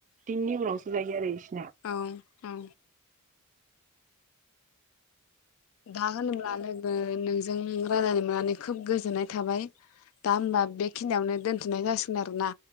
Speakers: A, on the right; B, on the left.
A: दिननि उनावसो जायो आरो इस
B: औ औ। दा होनोब्ला लोगो नोंजों रायायनो मोननानै खोब गोजोननाय थाबाय दा होनबा बेखियावनो दोनथ'नाय जासिगोन आरोना।